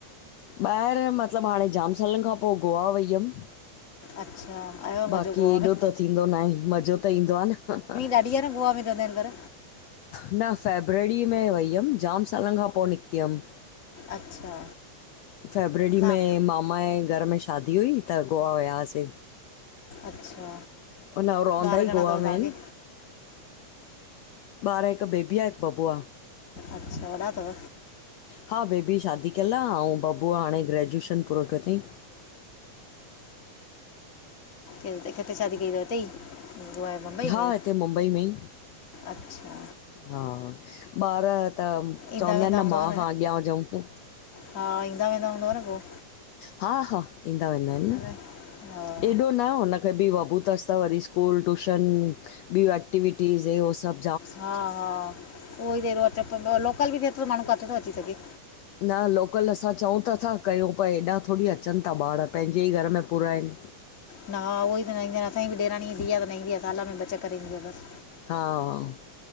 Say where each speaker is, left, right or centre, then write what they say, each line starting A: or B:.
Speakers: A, on the left (about 70°); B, on the left (about 30°).
A: ॿाहेर मतलब मां हाणे जाम सालन खां पो गोवा वई यम।
B: अच्छा। आयो आहे
A: बाक़ी
B: मज़ो गोवा
A: एॾो
B: में
A: त थींदो ना आहे, ‌ मज़ो त ईंदो आ न।
B: तां बिहर गोवा वेंदव न मे हिनमल?
A: न फ़ेब्रड़ी में वई यम जाम सालन खां पो निकती यम।
B: अच्छा।
A: फ़ेब्रडी
B: तव्हां
A: में मामा ऐ घर में शादी हुई त गोवा वया आसे।
B: अच्छा
A: ऊंन हो रोवंदा
B: ॿार घणा
A: ई गोवा
B: अथव तव्हांखे
A: मे आऐंन। ॿार हिक बेबी आ, हिक ब़बो आ।
B: अच्छा वॾा अथव
A: हा बेबी शादी कयल आ अऊ बबुअ हाणे ग्रेजुएश़न पूरो कयो तई।
B: इते किथे शादी कई तव हिते ई गोवा ऐं बम्बई
A: हा
B: में ही,
A: हिते मुंबई में ई
B: अच्छा।
A: हा, ॿार त चवंदा
B: ईंदा वेंदा
A: आए न
B: हूंदव
A: मां खां अॻयां हुजऊं।
B: हा, ईंदा वेंदा हूंदव न पो।
A: हा-हा ईंदा वेंदा आऐं
B: हा
A: न
B: न
A: एॾो न हुन खे बि बबू तस त वरी स्कूल, ट्यूशन ॿियूं एक्टिविटीज़ हे हो सभ
B: हा हा उहो ई त हेॾो अच्चड़ पवदो आ, लोकल बि थे तो माणूं काथे तो अची सगे।
A: न लोकल असां चऊं त अथा कयो पर हेॾा थोड़ी अच़न था ॿाढ़ पहिंजे ई घर में पुरा ऐंन।
B: न, हा उहो ई त न ईंदी आ न, असां ई बि ॾेराणी ई धीय अगर न ईंदी आ साल में ॿ चक्कर ईंदी आ बस।
A: हा